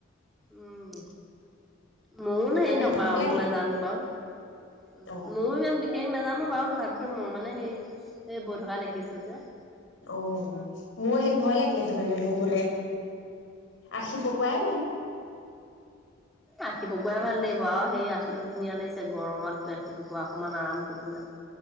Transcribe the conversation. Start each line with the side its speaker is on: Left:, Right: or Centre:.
Centre: উম। ময়ো
Left: সেইটো
Centre: নো
Left: কাৰণে
Centre: হেৰি নকৰা
Left: ভয়
Centre: আৰু
Left: লাগে
Centre: নাজানো বাৰু। উম,
Left: অ
Centre: ময়ো ইমান বিশেষ নাজানো বাৰু। তথাপিতো মই মানে সেই এই বৈ থকা দেখিছো যে।
Left: অহ, মোৰ সেই ভয় লাগিলে সেইটো কাৰণে ববলে। আশী পকুৱাই বম।
Centre: আখি পকুৱাই ভাল লাগিব আৰু সেই আচোতো ধুনীয়া লাগিছে গৰমত আখি পকোৱা সমান আৰাম কতো নাই।